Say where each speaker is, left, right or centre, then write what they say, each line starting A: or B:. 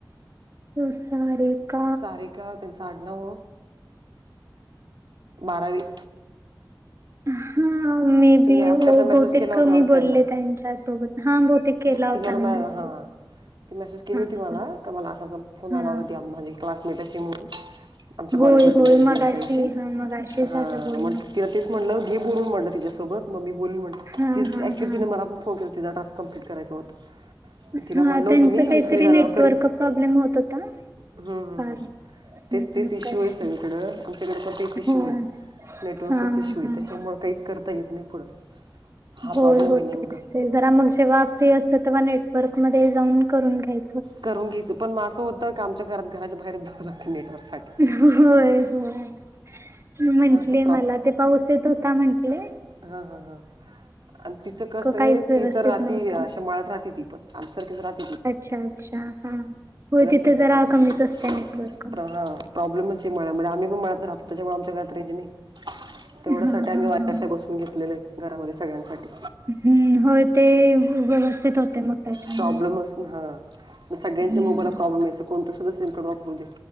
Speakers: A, on the right; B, on the right.
A: हो सारिका.
B: सारिका त्यांच आडनाव. बारावी.
A: हा. मे
B: तुम्ही
A: बी
B: आज का तर मेसेज
A: बहुतेकमी
B: केला होता वाटतं
A: बोलले
B: त्यांना
A: त्यांच्यासोबत हां बहुतेक केला होता
B: ती मला मॅ
A: मी मेसेज.
B: हां ती मेसेज केली
A: हा
B: होती
A: हा
B: मला का मला असा फोन
A: हा
B: आला होती माझे क्लासमेटाच म्हणून आमच्या
A: होय
B: कॉलेजमधली
A: होय
B: मुलगी
A: मगाशी
B: असायची
A: हा मगाशी झालं
B: हा
A: बोलणं
B: मग <unintelligible> तिला तेच म्हटलं घे बोलून म्हटलं तिच्यासोबत मम्मी बोलाली म्हण
A: हा
B: ती त
A: हा
B: ऍक्च्युली
A: हा
B: तिने मला पण फन केला तिचा टस्क कंप्लीट करायचं होता. तिला
A: हा
B: म्हणलं
A: त्यांचा
B: होतं मी मी
A: काहीतरी
B: फ्री झाल
A: नेटवर्क
B: करीन
A: प्रॉब्लेम होत होता
B: हम्म हम्म
A: फार
B: हम्म.
A: हम्म
B: तेच तेच इशू
A: कशी
B: हे सगळीकडं आमच्याकडे पण तेच इशू
A: होय
B: हे नेटवर्कचाच
A: हा हा
B: इशू हे
A: हा
B: त्याच्यामुळं काहीच करता येत नाही पुढं. हा
A: होय
B: प्रॉब्लेम
A: हो
B: आहे नेमका
A: तेच ते जरा मग जेव्हा फ्री असत तेव्हा नेटवर्क मध्ये जाऊन करून घ्याय
B: करून घ्यायचं पण म असं होतं का आमच्या घरात घराच्या बाहेरच जावं लागते नेटवर्क साठी.
A: होय होय. म्हंटले
B: असं
A: मला ते पाऊस येत होता म्हटले.
B: हा हा हा आण तिचं कसं
A: काहीच
B: हे
A: व्यवस्थित
B: ति तर राहती
A: नव्हतं
B: अशा मळात राहते ती. पण आमच्या सारखा. <unintelligible>
A: अच्छा, अच्छा, हा, हो तिथे
B: त्यांचं
A: जरा
B: घर तिकडे
A: कमीच असते नेटवर्क.
B: प्र हां प्रॉब्लेमच आहे मळ्यामध्ये आम्ही पण मळ्यात राहतो त्याच्यामुळे आमच्या घरात राहिजे नाही तेवढ्यासाठी
A: हा
B: आम्ही
A: हा
B: वाय
A: हा
B: फाय बसून घेतलेलं आहे घरामध्ये सगळ्यांसाठी
A: हम्म होय ते व्यवस्थित होते मग त्याच्यामुळे.
B: प्रॉब्लेमच सगळ्यांच्या
A: हम्म.
B: मोबाईलला प्रॉब्लेमयच कोणतं सुद्धा सिम वापरू दे